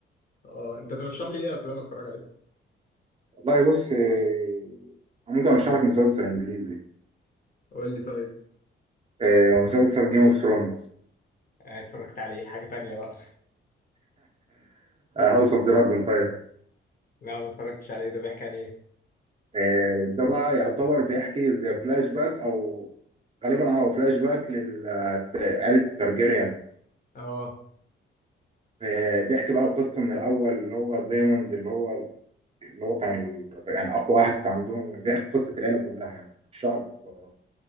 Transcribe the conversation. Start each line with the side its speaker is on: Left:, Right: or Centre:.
Left: اه أنت ترشح لي إيه أفلام أتفرج عليها؟
Right: والله بص آه، ممكن ارشح لك مسلسل انجليزي
Left: قول لي طيب
Right: آه، مسلسل جيم اوف ثرونز
Left: آه، اتفرجت عليه حاجة تانية بقى
Right: هاوس اوف دراجون <laughs> طيب
Left: لا ما اتفرجتش عليه ده بيحكي عن إيه؟
Right: آه، ده بقى يعتبر بيحكي زي فلاش باك او غالبا اه فلاش باك لعائله الترجيريان
Left: اه
Right: آه، بيحكي بقى قصه من الاول اللي هو دايموند اللي هو اللي هو كان ال- يعني اقوى واحد عندهم بيحكي قصه العيله كلها يعني الشعب بتتفرج